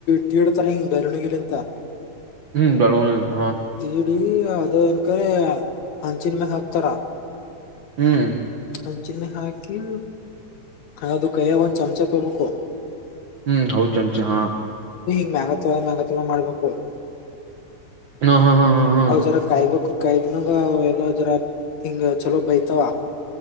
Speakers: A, on the left; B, on the right.
A: ತೀಡ್ತಾರ ಹಿಂಗ್ ಬೆಳ್ಳುಣಗಿಲಿಂತ
B: ಹ್ಮ್ ಬೆಳಣ <unintelligible>
A: ತಿಡಿ ಅದ <unintelligible> ಏನ್ಕರಿ ಹಂಚಿನ ಮೇಲೆ ಹಾಕ್ತಾರ
B: ಹ್ಮ್
A: ಹಂಚಿಿನೆ ಹಾಕಿ ಅದು ಕಯ ಚಮಚಾ ತಗೋಬೇಕು
B: ಹ್ಮ್ ಹೌ ಚಮಚ ಹಾ
A: ಮ್ಯಘ ತೊಳ ಮ್ಯಘಾ ತೊಳ ಮಾಡ್ಬೇಕು <unintelligible>
B: ಹಾ ಹಾ ಹಾ ಹಾ
A: ಹೌ ಜರ ಕಾಯವ <unintelligible> ಕು ಕೈದನಾಗ ಎಲ್ಲದರ ಹಿಂಗ ಚಲೋ ಬೈತಾವ